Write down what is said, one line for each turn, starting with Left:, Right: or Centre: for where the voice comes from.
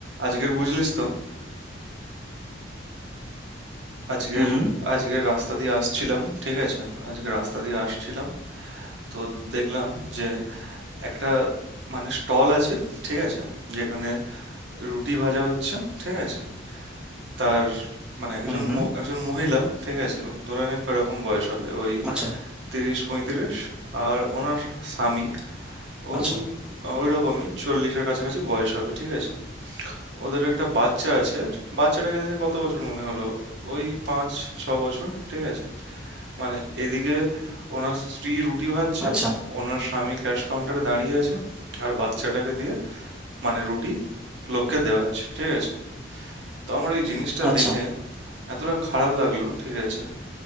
Right: আজকের বুঝলিস তো আজকের
Centre: হুম হুম
Right: আজকের রাস্তা দিয়ে আসছিলাম ঠিক আছে আজকে রাস্তা দিয়ে আসছিলাম তো দেখলাম যে একটা মানে স্টল আছে ঠিক আছে যেখানে রুটি ভাজা হচ্ছে ঠিক আছে তার মানে একজন
Centre: হুম হুম
Right: ম- একজন মহিলা ঠিক আছে ধরে নে কিরকম বয়স হবে ওই
Centre: আচ্ছা
Right: তিরিশ পঁয়ত্রিশ আর ওনার স্বামী ওই
Centre: আচ্ছা
Right: ওই রকমই চল্লিশের কাছাকাছি বয়স হবে ঠিক আছে ওদের একটা বাচ্চা আছে বাচ্চাটাকে দেখে কত বছর মনে হলো ওই পাঁচ ছ বছর ঠিক আছে মানে এদিকে ওনার স্ত্রী রুটি ভাজছে
Centre: আচ্ছা
Right: ওনার স্বামী ক্যাশ কাউন্টারে দাঁড়িয়ে আছে আর বাচ্চাটাকে দিয়ে মানে রুটি লোককে দেওয়াচ্ছে ঠিক আছে তো আমার ওই জিনিসটা
Centre: আচ্ছা
Right: দেখে এতটা খারাপ লাগলো ঠিক আছে